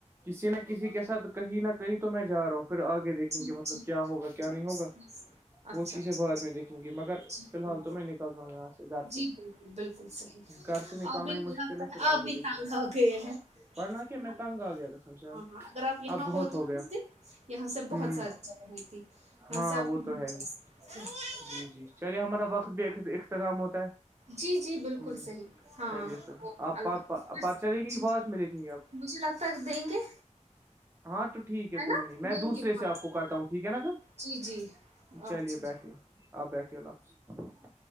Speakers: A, on the right; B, on the right.
A: کسی نہ کسی کے ساتھ کہیں نہ کہیں تو میں جا رہا ہوں پھر آگے دیکھیں
B: ٹھیک
A: گے مطلب
B: ٹھیک
A: کیا ہوگا کیا
B: ٹھیک
A: نہیں ہوگا
B: صحیح صحیح۔
A: وہ
B: اچھا
A: چیزیں
B: اچھا
A: بعد
B: اچھا
A: میں دیکھیں گے مگر
B: جی
A: فی الال
B: بالکل
A: تو میں نکل رہا ہوں یہاں سے گھر
B: جی
A: سے
B: بالکل بالکل صحیح
A: گھر سے نکلنا
B: اب بھی
A: ہی
B: لگتا
A: مشکل
B: ہے
A: پھر آگے
B: آپ بھی
A: دیکھیں
B: ٹانگ
A: گے
B: آ گئے ہیں
A: ورنہ کہ
B: ہاں
A: میں تنگ آ گیا قسم سے
B: ہاں اگر آپ یہاں
A: اب بہت
B: ہو تو کس
A: گیا
B: دن یہاں سے بہت
A: ہوں
B: بہت ساری چل رہی تھی یہاں
A: ہاں
B: سے آپ
A: وہ
B: کچک
A: تو ہے ہی جی جی چلیے ہمارا وقت بھی اختتام ہوتا ہے
B: جی جی بالکل
A: ہ
B: صحیح ہاں
A: چلیے پھر
B: اوے
A: آپ
B: اللہ حافظ
A: پرچہ دیکھیں گے
B: جی
A: بعد میں دیکھیں گے آپ
B: مجھے لگتا ہے دیں گے
A: ہاں تو ٹھیک ہے کوئی
B: نا
A: نہیں میں
B: دیں
A: دوسرے
B: گے ہاں
A: سے آپ کو کرتا ہوں ٹھیک ہے نا سر
B: جی جی اچھا
A: چلیے بیٹھیے آپ بیٹھیے اللہ حافظ